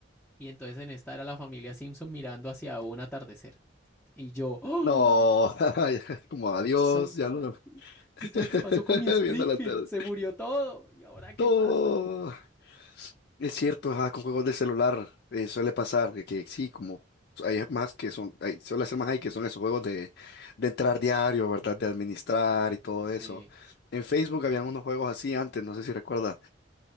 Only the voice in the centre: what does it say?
y entonces en esta era la familia Simpson mirando hacia un atardecer y yo ¡Oh!
so sad.
y yo qué pasó con mi Springfield
se murió todo y ahora qué
pasa
sí